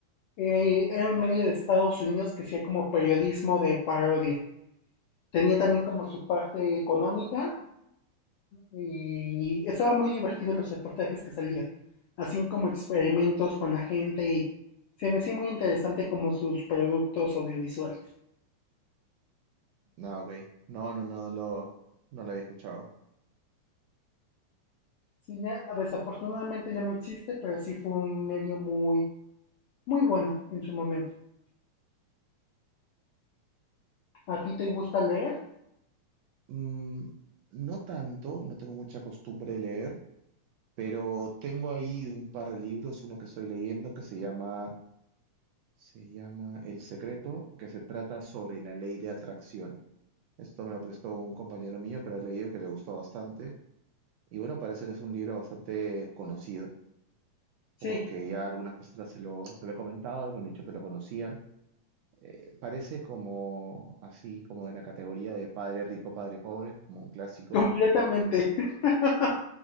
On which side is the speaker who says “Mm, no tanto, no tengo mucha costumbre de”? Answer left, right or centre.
Right